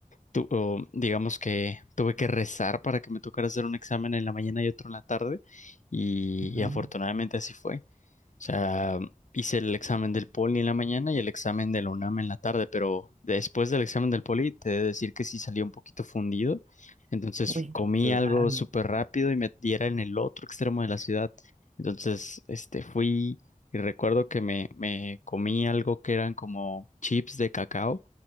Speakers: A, on the left (about 60°); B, on the right (about 55°).
A: tu- o, digamos que tuve que rezar para que me tocara hacer un examen en la mañana y otro en la tarde, y,
B: Ujú.
A: y afortunadamente así fue sea, hice el examen del poli en la mañana y el examen de la UNAM en la tarde, pero después del examen del poli te he de decir que sí salí un poquito fundido. Entonces
B: Uy,
A: comí
B: claro.
A: algo súper rápido y me y era en el otro extremo de la ciudad. Entonces, este, fui y recuerdo que me, me comí algo que eran como chips de cacao.